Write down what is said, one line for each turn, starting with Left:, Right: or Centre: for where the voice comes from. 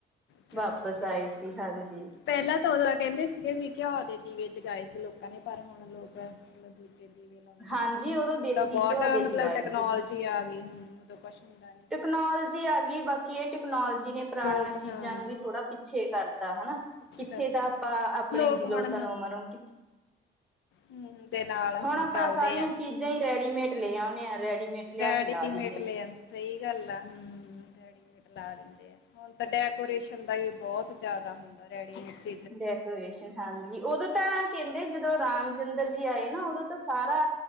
Left: ਚ
Centre: ਵਾਪਿਸ,
Left: ਮਨਾਉਂਦੇ
Centre: ਆਏ
Left: ਆ
Centre: ਸੀ ਹਾਂਜੀ।
Left: ਪਹਿਲਾਂ ਤਾਂ, ਉਦੋਂ ਕਹਿੰਦੇ ਸੀਗੇ। ਵੀ ਘਿਉ ਦੇ ਦੀਵੇ, ਜਗਾਏ ਸੀ ਲੋਕਾਂ ਨੇ। ਪਰ ਹੁਣ ਲੋਕ, ਮਤਲਬ। ਦੀਵੇ ਲਾਉਦੇ
Centre: ਹਾਂਜੀ
Left: ਆ ਹੁਣ
Centre: ਉਦੋਂ ਦੇਸੀ
Left: ਤਾਂ ਬਹੁਤ
Centre: ਘਿਓ ਦੇ
Left: ਮਤਲਬ
Centre: ਜਗਾਏ
Left: ਬਹੁਤ ਟੈਕਨੋਲੋਜੀ
Centre: ਸੀ
Left: ਆ ਗਈ। ਹੁਣ ਉਦੋਂ ਕੁਛ ਹੁੰਦਾ ਨੀ।
Centre: ਟਕਨੋਲੋਜੀ ਆ ਗਈ ਬਾਕੀ ਇਹ ਟੈਕਨੋਲੋਜੀ ਨੇ ਪੁਰਾਣੀਆਂ
Left: ਲੋਕ
Centre: ਚੀਜ਼ਾਂ
Left: ਹਾਂ
Centre: ਨੂੰ ਵੀ ਥੋੜਾ ਪਿੱਛੇ ਕਰਤਾ ਹਨਾ।
Left: ਪਿੱਛੇ
Centre: ਕਿੱਥੇ
Left: ਕਰਤਾ
Centre: ਤਾਂ
Left: ਹਾਂ
Centre: ਆਪਾਂ ਆਪਣੇ
Left: ਲੋਕ
Centre: ਦਿਲੋਂ
Left: ਹੁਣ
Centre: ਤਨੋ ਮਨੋ ਕਿਥ
Left: ਹਮ ਦੇ ਨਾਲ ਹੁਣ
Centre: ਆਪਾਂ
Left: ਚੱਲਦੇ
Centre: ਸਾਰੀਆਂ
Left: ਆ।
Centre: ਚੀਜ਼ਾਂ ਹੀ ਰੈਡੀਮੇਡ ਲੈ ਆਉਂਦੇ ਹਾਂ ਰੈਡੀਮੇਡ ਲਿਆ
Left: <inaudible> ਸਹੀ
Centre: ਕੇ ਲਾ ਦਿੰਦੇ ਹਾਂ
Left: ਗੱਲ ਹਮ ਰੈਡੀਮੇਡ ਲਾ ਦਿੰਦੇ ਆ ਹੁਣ ਤਾਂ ਡੈਕੋਰੇਸ਼ਨ ਦਾ ਵੀ ਬਹੁਤ ਜਿਆਦਾ ਹੁੰਦਾ ਰੈਡੀਮੇਡ ਚ
Centre: ਡੈਕੋਰੇਸ਼ਨ ਹਾਂਜੀ ਉਦੋਂ ਤਾਂ ਕਹਿੰਦੇ ਜਦੋਂ ਰਾਮ ਚੰਦਰ ਜੀ ਆਏ ਨਾ ਉਦੋਂ ਤਾਂ ਸਾਰਾ